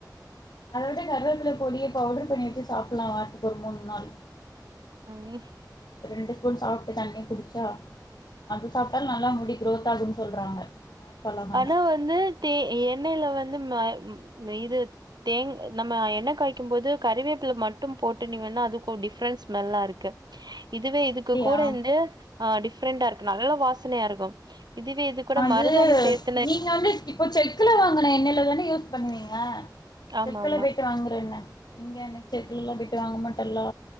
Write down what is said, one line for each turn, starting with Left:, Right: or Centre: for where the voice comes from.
Left: அத விட கருவப்பில்ல பொடிய பவுடர் பண்ணிவச்சு சாப்புல்லா வாரத்துக்கு ஒரு மூணு நாள்
Right: ம்.
Left: ரெண்டுஸ் இதும் சாப்ட்டு தண்ணி குடிச்சா அது சாப்டாலு நல்லா முடி க்ரோத் ஆகுன்னு சொல்றாங்க ஃபால் ஆகாம
Right: அதுவு வந்து தே எண் எண்ணெல வந்து ம இது தேங் நம்ம எண்ண காய்கும் போது கறிவேப்ல மட்டும் போட்டு நீ வேணா அதுக்கு டிஃப்ரென்ஸ் ஸ்மெல்லாருக்கு இதுவே இதுக்கு
Left: அப்டியா
Right: கூட வந்து டிஃப் பிரெண்டா இருக்கு நல்லா வாசனையாருக்கும் இதுவே இது கூட
Left: அது
Right: மருதாணி சேத்
Left: நீங்க வந்து இப்ப செக்குல வாங்கன எண்ணெயில தான யூஸ் பண்ணுவீங்க
Right: ஆமா
Left: செக்கல
Right: ஆமா
Left: போய்ட்டு வாங்ற எண்ண இங்க எனக் செக்குலெல்லா போய்ட்டு வாங்க மாட்டல்லா